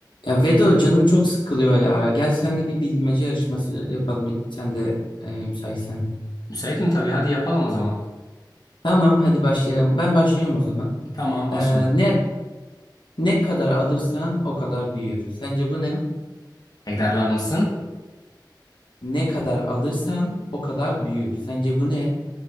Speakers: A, on the left (about 80°); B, on the left (about 55°).
A: Ya Vedo canım çok sıkılıyor ya. Gel seninle bir bilmece yarışması yapalım. Sen de e, müsaitsen.
B: Müsaitim tabii. Hadi yapalım o zaman.
A: Tamam hadi başlayalım. Ben başlıyorum o zaman.
B: Tamam
A: Ee,
B: başla.
A: ne ne kadar alırsan o kadar büyür. Sence bu ne?
B: Tekrarlar mısın?
A: Ne kadar alırsan o kadar büyür. Sence bu ne?